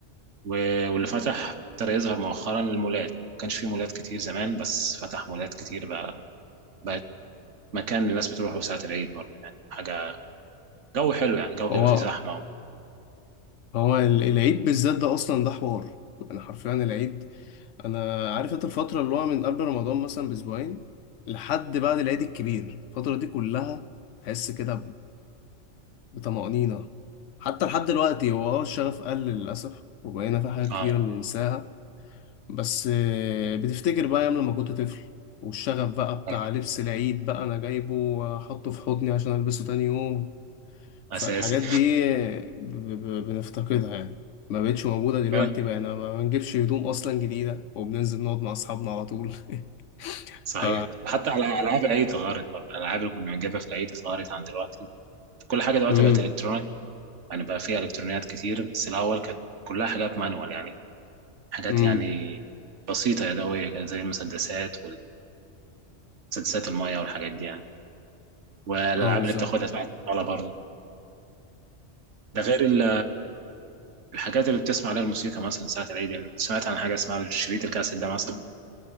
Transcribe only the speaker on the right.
و- واللي فتح ابتدى يظهر مؤخرا المولات ما كانش في مولات كتير زمان بس فتح مولات كتير بقى بقت مكان الناس بتروحه ساعة العيد برضه يعني حاجة جو حلو يعني جو بيبقى
فيه زحمة و...
اه
صحيح.
أساسي
<laughs>
صحيح
حتى على ألعاب العيد اتغيرت برضه الألعاب اللي كنا بنجيبها في العيد اتغيرت عن دلوقتي كل حاجة دلوقتي
بقت إلكترونيك يعني بقى فيها إلكترونيات كتير بس الأول كانت كلها حاجات مانوال يعني حاجات
يعني بسيطة يدوية كده زي المسدسات والمسدسات المية والحاجات دي يعني والألعاب
اللي بتاخدها تحت الطاولة برضه ده غير ال- الحاجات اللي بتسمع عليها الموسيقى مثلا ساعة العيد يعني سمعت عن حاجة اسمها شريط الكاسيت ده مثلا